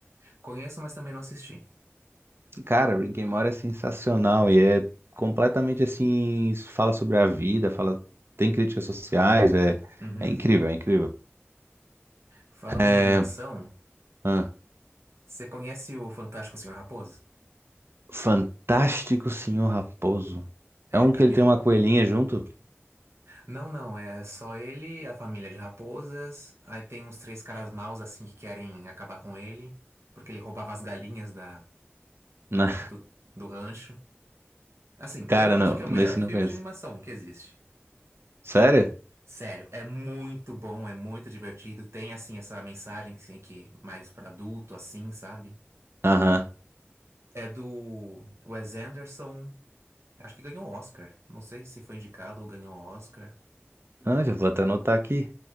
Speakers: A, on the right; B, on the right.
A: Conheço, mas também não assisti.
B: Cara, Rick and Morty é sensacional e é completamente assim, fala sobre a vida, fala, tem críticas sociais, é,
A: Uhum.
B: é incrível, é incrível.
A: Falando
B: É,
A: em animação,
B: ah,
A: você conhece o Fantástico Senhor Raposo?
B: Fantástico Senhor Raposo.
A: É,
B: É um
A: na
B: que
A: minha,
B: ele tem uma coelhinha junto?
A: Não, não, é só ele, a família de raposas. Aí tem uns três caras maus assim que querem acabar com ele, porque ele roubava as galinhas da,
B: Não,
A: do, do rancho.
B: <laughs>
A: Assim,
B: cara,
A: eu acho
B: não,
A: que é o melhor
B: nesse
A: filme
B: eu não conheço.
A: de animação que existe.
B: Sério?
A: Sério, é muito bom, é muito divertido. Tem assim essa mensagem que, assim, que mais pra adulto, assim, sabe?
B: Aham.
A: É do Wes Anderson. Acho que ganhou o Oscar. Não sei se foi indicado ou ganhou o Oscar.
B: Ah, já vou até anotar aqui.